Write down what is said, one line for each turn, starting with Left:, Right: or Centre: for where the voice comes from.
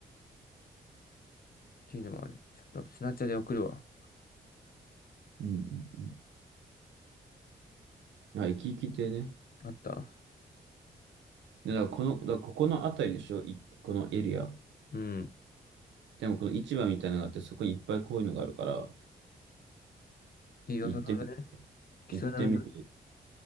Left: ていうのもある。ちょっと、スナチャで送るわ。
Right: うんうんうん。あ、生き生きてね。
Left: あった。
Right: でだからこの、だからここのあたりでしょいこのエリア。
Left: うん。
Right: でもこの市場みたいなのがあって、そこにいっぱいこういうのがあるから、
Left: いいよ、
Right: 行ってみて、
Left: そそられね。貴様など、
Right: 行ってみて、